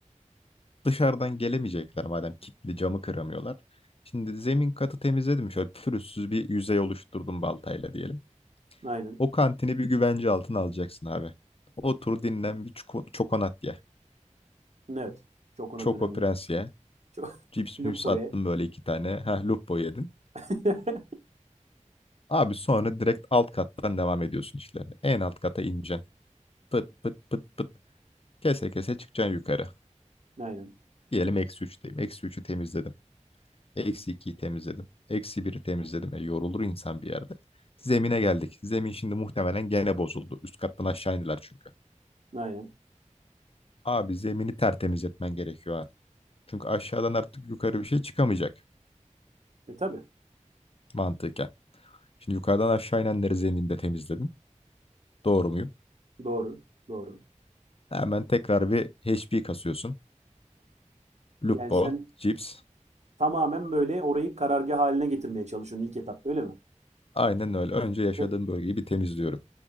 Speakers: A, on the left; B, on the right.
A: Dışarıdan gelemeyecekler madem kilitli camı kıramıyorlar. Şimdi zemin katı temizledim. Şöyle pürüzsüz bir yüzey oluşturdum baltayla diyelim.
B: Aynen.
A: O kantini bir güvence altına alacaksın abi. Otur dinlen bir çiko- çokonat ye.
B: Evet. Çok ona
A: Çoko
B: önemli.
A: Prens ye.
B: Çok
A: Cips
B: <laughs> Lupo'ya.
A: mips attın böyle iki tane. Heh lupo yedin.
B: <laughs>
A: Abi sonra direkt alt kattan devam ediyorsun işlerine. En alt kata ineceksin. Pıt pıt pıt pıt. Kese kese çıkacaksın yukarı.
B: Aynen.
A: Diyelim eksi üçteyim. Eksi üçü temizledim. Eksi ikiyi temizledim. Eksi biri temizledim. E yorulur insan bir yerde. Zemine geldik. Zemin şimdi muhtemelen gene bozuldu. Üst kattan aşağı indiler çünkü.
B: Aynen.
A: Abi zemini tertemiz etmen gerekiyor ha. Çünkü aşağıdan artık yukarı bir şey çıkamayacak
B: E tabii.
A: mantıken. Şimdi yukarıdan aşağı inenleri zeminde temizledin. Doğru muyum?
B: Doğru. Doğru.
A: Hemen tekrar bir HP kasıyorsun. Lupo,
B: Yani sen
A: Cips.
B: tamamen böyle orayı karargah haline getirmeye çalışıyorsun ilk etapta öyle mi?
A: Aynen öyle. Önce yaşadığım
B: Ve,
A: bölgeyi bir temizliyorum.